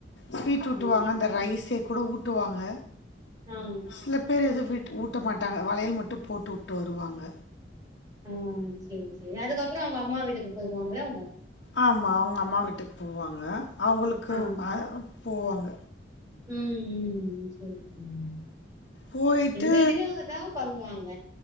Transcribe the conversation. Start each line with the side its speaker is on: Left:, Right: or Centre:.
Left: ஸ்வீட் ஊட்டுவாங்க
Right: ஆ
Left: அந்த ரைஸே கூட ஊட்டுவாங்க
Right: ம்
Left: சில பேரு எது வீட் ஊட்ட மாட்டாங்க வளையல் மட்டு போட்டு உட்டு வருவாங்க
Right: அ சேரி சேரி அதுக்கப்பற அவுங்க அம்மா வீட்டுக்கு போய்டுவாங்கல்ல அவுங்க
Left: ஆமா அவுங்க அம்மா வீட்டுக்கு போவாங்க அவுங்குளுக்கு
Right: ஆ
Left: அ போவாங்க
Right: ம் ம் ம் சேரிங்க செரிங்க
Left: போயிட்டு
Right: எங்க இதுலயு அதா பண்ணுவாங்க